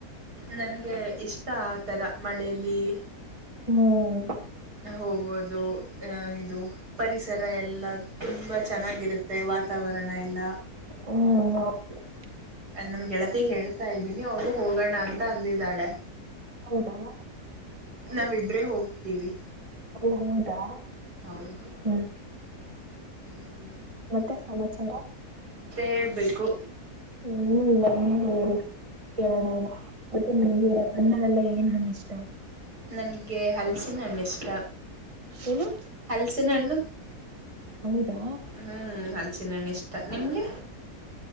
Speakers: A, on the right; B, on the right.
A: ನನಗೆ ಇಷ್ಟ ಆ ತರ ಮಳೆಯಲ್ಲಿ ಬಿ
B: ಹ್ಮ್
A: ಹ ಹೋಗೋದು ಹಾ ಇದು ಪರಿಸರ ಎಲ್ಲ ತುಂಬಾ ಚೆನ್ನಾಗಿರುತ್ತೆ ವತ್ ತಾವರಣ ಎಲ್ಲ
B: ಹ್ಮ್ <inaudible>
A: ನನ್ ಗೆಳತಿಗೆ ಹೇಳ್ತಾ ಇದ್ದೀನಿ ಅವ್ರು ಹೋಗೋಣ ಅಂತ ಅಂದಿದ್ದಾಳೆ.
B: ಹೌದಾ
A: ನಾವಿಬ್ರೇ ಹೋಗ್ತೀವಿ
B: ಓ ಹೌದಾ
A: ಹೌದು
B: ಹ್ಮ್
A: ಹ್ಮ್
B: ಮತ್ತೆ ಸಮಾಚಾರ
A: ಹೇಳಬೇಕು
B: ಹ್ಮ್ <unintelligible> ಕೇರ ಎಲ್ಲ ಮತ್ತೆ <inaudible> ಅಣ್ಣನೆಲ್ಲಾ ಏನ್ ಹಣ್ಣು ಇಷ್ಟ
A: ನನ್ಗೆ ಹಲ್ಸ ಹಣ್ಣು ಇಷ್ಟ
B: ಏನು
A: ಹಲ್ಸಿನ ಹಣ್ಣು
B: ಹೌದಾ
A: ಹ್ಮ್ ಹಲ್ಸಿನ ಹಣ್ಣು ಇಷ್ಟ ನಿಮ್ಗೆ